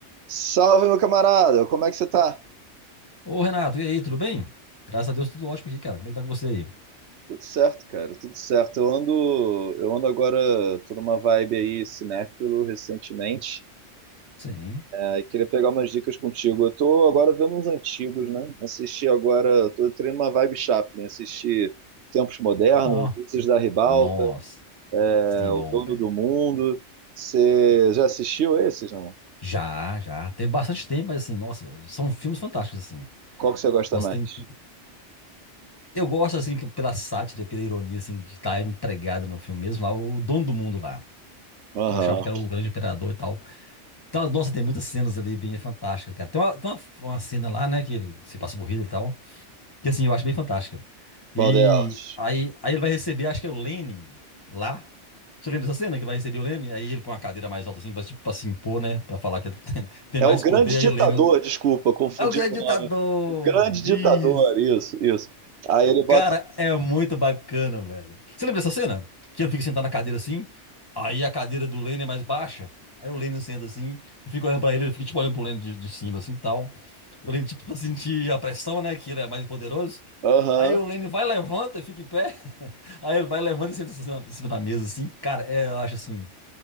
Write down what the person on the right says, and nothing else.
Salve, meu camarada! Como é que você tá?
Tudo certo, cara, tudo certo. Eu ando, eu ando agora, tô numa vibe aí cinéfilo recentemente.
Aí queria pegar umas dicas contigo. Eu tô agora vendo uns antigos, né? Assisti agora, tô tendo uma vibe Chaplin, assisti Tempos Modernos,
Luzes da Ribalta,
é,
O
Dono
do Mundo. Você já assistiu esses, não?
Qual que você gosta
mais?
Aham.
Qual delas?
É
o grande
ditador,
desculpa, confundi
o
nome. O grande ditador,
isso, isso. Aí ele bota.
Aham.